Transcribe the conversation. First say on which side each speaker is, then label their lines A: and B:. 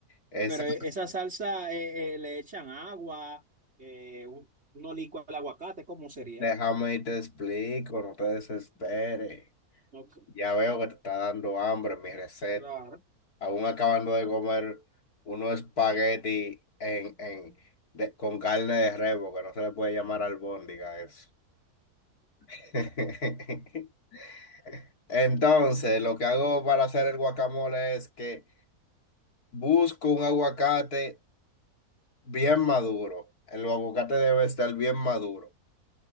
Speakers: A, on the left (about 75°); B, on the right (about 45°).
A: Esa,
B: Pero esa salsa eh, eh, le echan agua, eh, un- uno licua el aguacate, ¿cómo sería?
A: déjame y te explico, no te desesperes.
B: Ok,
A: Ya veo que te está dando hambre mi receta.
B: Claro,
A: aún acabando de comer unos espagueti en, en, de- con carne de rebo, que no se le puede llamar albóndiga a eso. <laughs> Entonces, lo que hago para hacer el guacamole es que busco un aguacate bien maduro. El aguacate debe estar bien maduro.